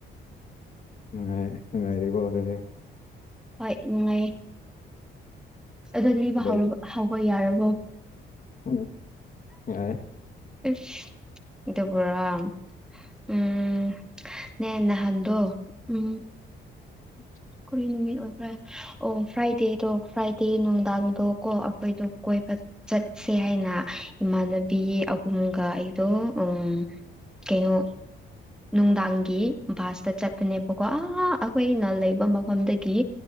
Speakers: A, on the left; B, in the centre.
A: ꯅꯨꯡꯉꯥꯏ ꯅꯨꯡꯉꯥꯏꯔꯤꯕꯣ ꯑꯗꯨꯗꯤ
B: ꯍꯣꯏ ꯅꯨꯡꯉꯥꯏꯌꯦ ꯑꯗꯣ ꯂꯤꯕ
A: ꯀꯗꯥꯏꯗ
B: ꯍꯧꯔꯕ ꯍꯧꯕ ꯌꯥꯔꯕꯣ
A: ꯎꯝ ꯌꯥꯏꯌꯦ <unintelligible>
B: ꯏꯐ ꯑꯗꯨꯕꯨꯔꯣ ꯎꯝ ꯅꯦ ꯅꯍꯥꯟꯗꯣ ꯎꯝ
A: <inaudible>
B: ꯀꯔꯤ ꯅꯨꯃꯤꯠ ꯑꯣꯏꯄ꯭ꯔꯥ ꯑꯣ ꯐ꯭ꯔꯥꯏꯗꯦꯗꯣ ꯐ꯭ꯔꯥꯏꯗꯦ ꯅꯨꯡꯗꯥꯡꯗꯣ ꯀꯣ ꯑꯩꯈꯣꯏꯗꯣ ꯀꯣꯏꯕ ꯆꯠꯁꯦ ꯍꯩꯅ ꯏꯃꯥꯟꯅꯕꯤ ꯑꯍꯨꯝꯒ ꯑꯩꯗꯣ ꯑꯪ ꯀꯩꯅꯣ ꯅꯨꯡꯗꯥꯡꯒꯤ ꯕꯥꯁꯇ ꯆꯠꯄꯅꯦꯕꯀꯣ ꯑꯥ ꯑꯩꯈꯣꯏꯅ ꯂꯩꯕ ꯃꯐꯝꯗꯒꯤ